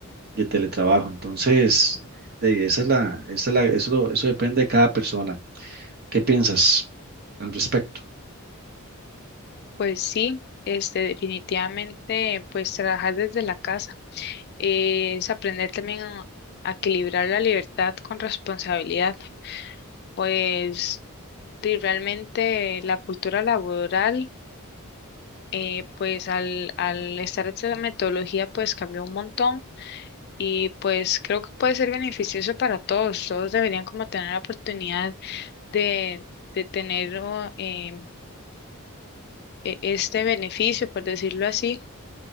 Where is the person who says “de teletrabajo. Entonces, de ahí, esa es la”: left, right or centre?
Right